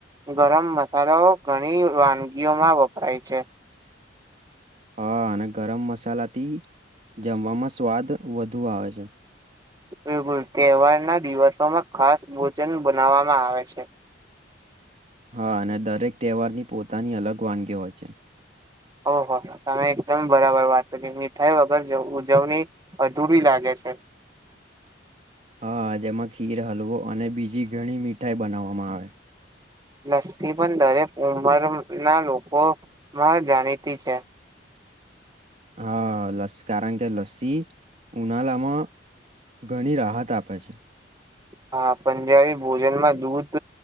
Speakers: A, on the right; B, on the right.
A: ગરમ મસાલાઓ ઘણી વાનગીઓમાં વપરાય છે
B: હા અને ગરમ મસાલાથી જમવામાં સ્વાદ વધુ આવે છે
A: બિલકુલ તહેવારના દિવસોમાં ખાસ ભોજન બનાવવામાં આવે છે
B: હા અને દરેક તહેવારની પોતાની અલગ વાનગી હોય છે
A: ઓહ તમે એકદમ બરાબર વાત કરી મીઠાઈ વગર જ ઉજવની અધૂરી લાગે છે
B: હા જેમાં ખીર હલવો અને બીજી ઘણી મીઠાઈ બનાવવામાં આવે
A: લસ્સી પણ દરેક ઉંમરના લોકો માં જાણીતી છે
B: હા લાસ કારણ કે લસ્સી ઉનાલામાં ઘણી રાહત આપે છે
A: હા પંજાબી ભોજનમાં દૂધ